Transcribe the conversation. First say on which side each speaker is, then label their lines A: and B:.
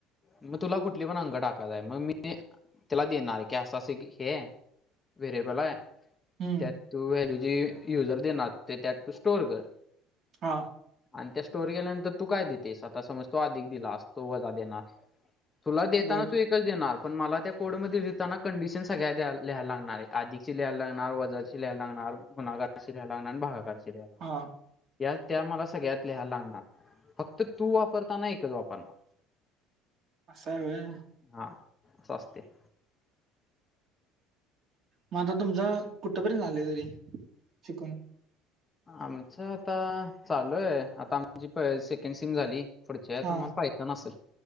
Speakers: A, on the left; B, on the right.
A: मग तुला कुठली पण अंकं टाकायचाय मग मी त्याला देणार की अस अस कि हे व्हेरिएबल हाय
B: हम्म
A: त्यात तू व्हॅल्यू जी युजर देणार ते त्यात तू स्टोर कर.
B: हा.
A: आणि त्या स्टोरी केल्यानंतर तू काय देतेस आता समज तो आधिक दिला तो वजा देणार. तुला देताना
B: बर
A: तू एकच देणार पण मला त्या कोडमध्ये देताना कंडिशन सगळ्या द्या लिहायला लागणार आहे. आधीची लियला लागणार, वजाची लियला लागणार, गुन्हागाराची लिय लागणार आणि भागाकारची लियला लागणार.
B: हा
A: या त्या मला सगळ्यात लिहाय लागणार फक्त तू वापरताना एकच वापरणार.
B: असा आहे व्हय.
A: हा अस असते.
B: मग आता तुमचा कुठपर्यंत झालंय तरी शिकून?
A: आमचं आता चालू आहे आता आमची प से केंड सेम झाली पुढच्या
B: हा
A: आम्हाला पायथन असेल.